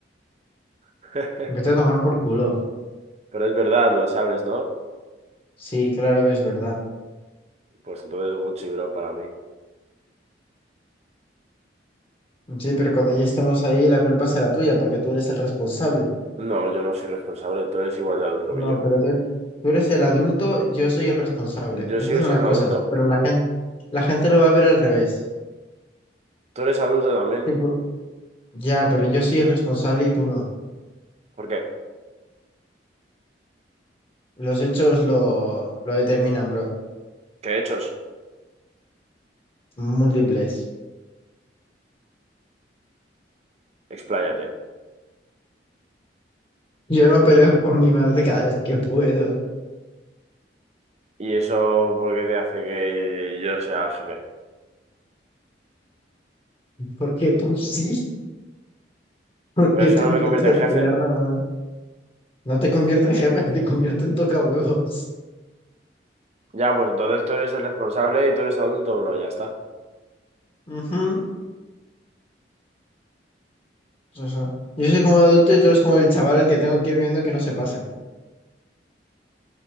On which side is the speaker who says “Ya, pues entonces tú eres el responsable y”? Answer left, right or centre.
Right